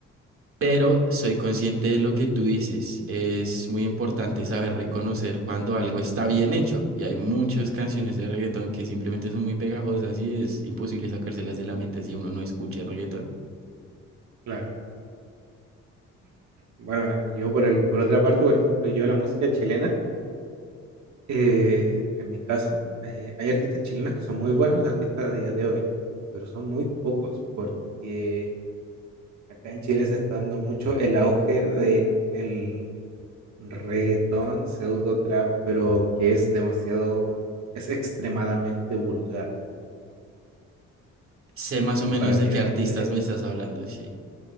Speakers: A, on the right; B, on the right.
A: Pero soy consciente de lo que tú dices. Es muy importante saber reconocer cuando algo está bien hecho. Y hay muchas canciones de reggaetón que simplemente son muy pegajosas y es imposible sacárselas de la mente si uno no escucha reggaetón.
B: Claro. Bueno, yo por el, por otra parte, por ejemplo, yo la música chilena, eh, en mi caso, eh, hay artistas chilenos que son muy buenos, artistas a día de hoy, pero son muy pocos, porque acá en Chile se está dando mucho el auge de el reggaetón, pseudo trap, pero que es demasiado, es extremadamente vulgar.
A: Sé más o menos
B: Y para
A: de
B: mí hay
A: qué
B: una
A: artistas
B: diferencia,
A: me estás hablando, sí.